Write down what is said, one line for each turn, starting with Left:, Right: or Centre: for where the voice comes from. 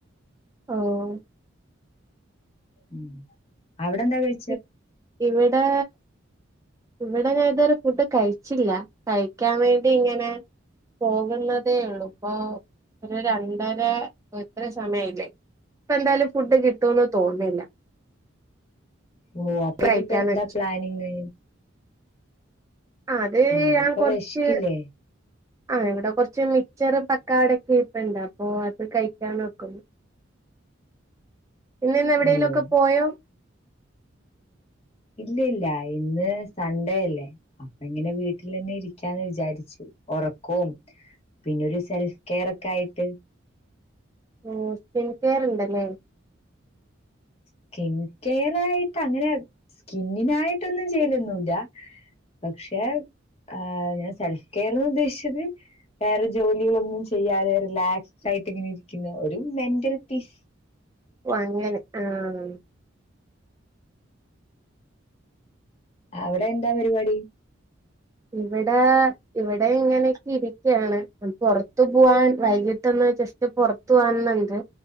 Right: ഓഹ്
Left: ഉം അവ്ടെന്താ കഴി
Right: ഇ ഇവിടെ ഇവിടെ ഞാൻ ഇതുവരെ ഫുഡ് കഴിച്ചില്ല കഴിക്കാൻ വേണ്ടി ഇങ്ങനെ പോകുന്നതേയുള്ളൂ ഇപ്പൊ ഒരു രണ്ടര ഇപ്പോ ഇത്രേം സമയായില്ലേ ഇപ്പ എന്തായാലും ഫുഡ് കിട്ടോന്ന് തോന്നുന്നില്ല
Left: ഓഹ് അപ്പ
Right: കഴിക്കാന്ന്
Left: ഇനിയിപ്പെന്താ
Right: വെച്ചു
Left: പ്ലാനിങ്
Right: ആ, അത്
Left: ഓഹ്
Right: ഞാൻ
Left: അപ്പൊ
Right: കൊറച്ച്
Left: വെശ്ക്കില്ലേ
Right: ആഹ് ഇവിടെ കുറച്ച് മിച്ചർ പക്കാവടയൊക്കെ ഇരിപ്പണ്ട് അപ്പൊ അത് കഴിക്കാൻ നോക്കു പിന്നെ ഇന്ന് എവിടേലൊക്കെ
Left: ഓ
Right: പോയോ
Left: ഇല്ലയില്ല ഇന്ന് സൺഡേ അല്ലേ അപ്പൊ ഇങ്ങനെ വീട്ടിലെന്നെ ഇരിക്കാന്ന് വിചാരിച്ചു ഒറക്കവും പിന്നൊരു സെൽഫ് കെയർ ഒക്കെ ആയിട്ട്
Right: ഓഹ് സ്കിൻ കെയർണ്ടല്ലേ
Left: സ്കിൻ കെയറായിട്ട് അങ്ങനെ സ്കിന്നിനായിട്ടൊന്നും ചെയ്യലൊന്നുല്ല പക്ഷെ ആ ഞാൻ സെൽഫ് കെയർന്ന് ഉദ്ദേശിച്ചത് വേറെ ജോലികളൊന്നും ചെയ്യാതെ റീലാക്സ്ടായിട്ട് ഇങ്ങനെ ഇരിക്കുന്ന ഒരു മെന്റൽ പീസ്
Right: വൊങ്ങനെ ആഹ്
Left: അവടെ എന്താ പരിപാടി
Right: ഇവടെ ഇവടെ ഇങ്ങനൊക്കെയിരിക്കാണ് മ് പുറത്തു പോവാൻ വൈകി പെട്ടന്ന് ജസ്റ്റ് പുറത്തു പോവണന്നുണ്ട്